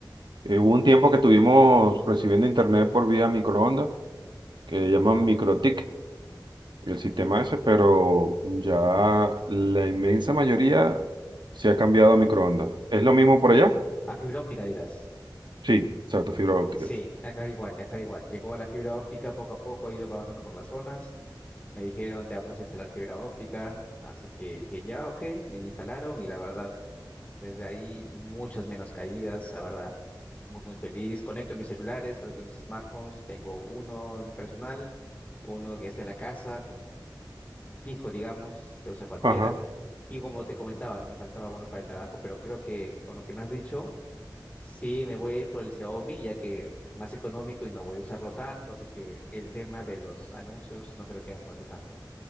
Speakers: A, on the right; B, on the left.
A: Eh, hubo un tiempo que estuvimos recibiendo internet por vía microondas, que llaman MikroTik, el sistema ese, pero ya la inmensa mayoría se ha cambiado a microondas. ¿Es lo mismo por allá?
B: A fibra óptica dirás.
A: Sí, exacto, fibra óptica.
B: Sí, acá igual, acá igual. Llegó la fibra óptica poco a poco, ha ido avanzando por las zonas. Me dijeron, te vamos a instalar fibra óptica, así que dije, ya, ok, me la instalaron y la verdad, desde ahí muchas menos caídas, la verdad, muy, muy feliz. Conecto mis celulares, conecto mis smartphones, tengo uno personal, uno que está en la casa, como un fijo, digamos, que usa cualquiera.
A: Ajá,
B: Y como te comentaba, no me faltaba uno para el trabajo, pero creo que con lo que me has dicho, sí, me voy a ir por el Xiaomi, ya que más económico y no voy a usarlo tanto, así que el tema de los anuncios no creo que me muestre tanto.